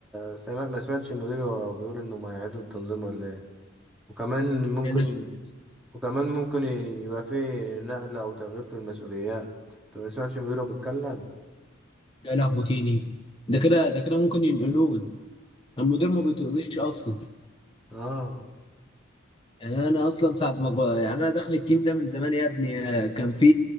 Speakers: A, in the centre; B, on the left (about 25°).
A: سمع ما سمعتش المدير وهو بيقول انه ما يعيدوا التنظيم ولا ايه وكمان ممكن
B: يعني
A: وكمان ممكن يبقى فيه نقلة او تغيير في المسؤوليات انت ما سمعتش المدير وهو بيتكلم
B: يا لهوي تاني ده كده ده كده ممكن ينقلون المدير ما بيطقنيش اصلا
A: اه
B: يعني انا اصلا ساعه ما ب- يعني انا داخل التيم ده من زمان يا ابني آه، كان في